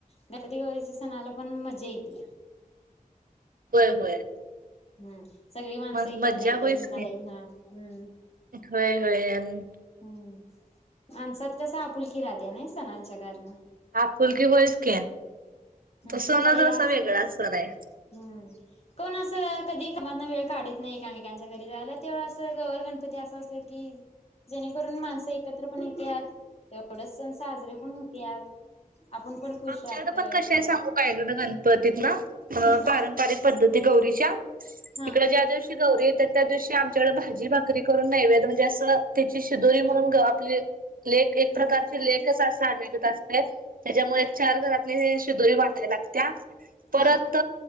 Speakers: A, on the left (about 45°); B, on the right (about 75°).
A: गौरी गणपतीच्या सणाला पण मजा येतिया,
B: होय होय
A: हम् सगळी माणसं
B: मस्त
A: एकत्र
B: मज्जा
A: येत्यात
B: होईच की
A: ना हम्
B: होय होय आणि
A: हम्म माणसात कस आपुलकी राहत्या नाही सणांच्या कारण
B: आप फुलकी होयस की
A: हम्
B: तो सणच
A: कोणत हे
B: असा
A: असस
B: वेगळा सण आहे
A: हम्म कोण अस कधी एकामातन वेळ काढत नाही एकमेकांच्या घरी जायला तेव असं गौवर गणपती असं असत की जेणेकरून माणसं एकत्र पण येत तेवढच सण साजरे पण होत्यात आपण पण खुश
B: आमच्याकडे
A: राहतोय,
B: पण कसे
A: तेवढं
B: काय सांगूत इकडं गणपतीत ना अ
A: हा
B: पारंपारिक पद्धती गौरी च्या.
A: हा
B: तिकड ज्यादिवशी गौरी येतात. त्या दिवशी आमच्याकडे भाजी भाकरी करून नैवेद्य म्हणजे असं त्याची शिदोरी म्हणून
A: हा
B: आपली लेख एक प्रकारची
A: हा
B: लेखच अस साजत असतात. त्याच्यामुळे
A: हा
B: चार घरातली हे शिदोरी वाटाय लागत्या, परत
A: हा